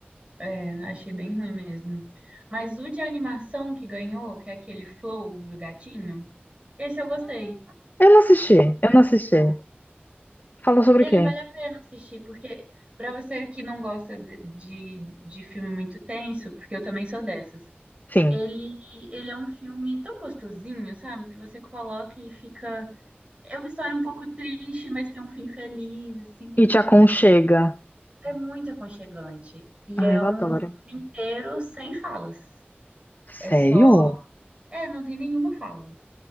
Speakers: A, on the right; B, on the left.
A: É, achei bem ruim mesmo. Mas o de animação que ganhou, que é aquele Flow do gatinho, esse eu gostei.
B: Eu não assisti,
A: Esse eu
B: eu
A: achei
B: não assisti.
A: legal.
B: Fala sobre
A: Ele
B: o quê?
A: vale a pena assistir, porque pra você que não gosta de, de, de filme muito tenso, porque eu também sou dessas,
B: Sim.
A: ele, ele é um filme tão gostosinho, sabe? Que você coloca e fica. É uma história um pouco triste, mas tem um fim feliz, assim.
B: E te aconchega.
A: É muito aconchegante. E
B: Ai,
A: é
B: eu
A: um
B: adoro.
A: filme inteiro sem falas.
B: Sério?
A: É só. É, não tem nenhuma fala.